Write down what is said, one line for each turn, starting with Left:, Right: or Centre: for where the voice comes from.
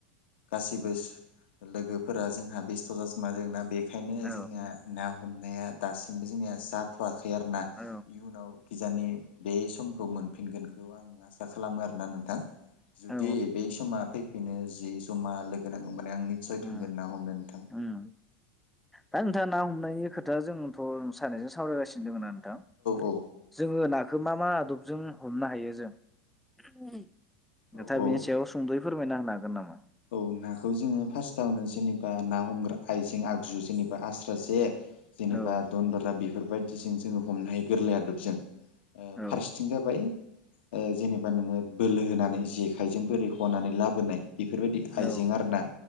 Left: गासिबो लोगो फोर जोंहा बेस्थ' जाजोबना दङ' बेखायनो
Centre: उम औ
Left: जोंना ना हम- हमनाया दासिमबो जोंनिया जाथ'वाखै
Centre: औ
Left: <unintelligible> किजानि बे समखौ मोन- फिनगोनखौ आं आसा खालामो आरो ना नोंथां जुदि
Centre: औ
Left: बै समा फैफिनो जि जमा लोगो नांगौ माने आंनि थांगोन
Centre: औ उम
Left: ना हमनो नोंथां
Centre: उम दा
Left: औ
Centre: नोंथा ना हमनायनि खोथा दा जोंथ' सानानैजों सावरायगासिनो दङं
Left: औ
Centre: जोङो नाखौ मा -मा आदबजों हमनो हायो जों नोंथाङा
Left: औ औ
Centre: बेनि सायाव सुंदैयै फोरमायना होनो हागोन नामा?
Left: औ नाखौ जोङो फार्स्ट आवनो जेनेबा ना हमग्रा आइजें आगजु जेनेबा आस्रा जे जेनेबा
Centre: औ
Left: दन्दरा बि बेफोरबायदिजों जोङो हमनो हायो गोरलै आदबजों ओ
Centre: औ
Left: फारसेथिं जाबाय ओ जेनेबा नोङो बोलो होनानै जेखाइजों बोरै हनानै लाबोनाय बेफोरबायदि आइजें
Centre: औ
Left: आरो ना